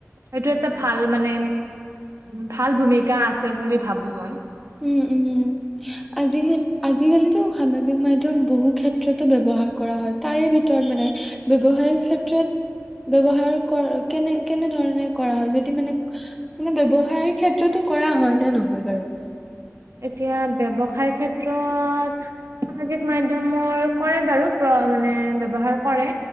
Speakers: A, on the right; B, in the centre.
A: এইটো এটা ভাল মানে - ভাল ভূমিকা আছে বুলি ভাবো মই।
B: উম উম আজি হেত আজিকালিতো সামাজিক মাধ্যয়ম বহু ক্ষেত্ৰতো ব্যৱহাৰ কৰা হয়, তাৰে ভিতৰত মানে - ব্যৱসায়িক ক্ষেত্ৰত ব্যৱহাৰ কৰ কেনে কেনেধৰণে কৰা হয় যদি মানে - মানে ব্যবসায়িক ক্ষেত্ৰতো কৰা হয় নে নহয় বাৰু?
A: এতিয়া ব্যবসায়িক ক্ষেত্ৰত - সামাজিক মাধ্যয়মৰ কৰে বাৰু প্ৰ মানে ব্যৱহাৰ কৰে।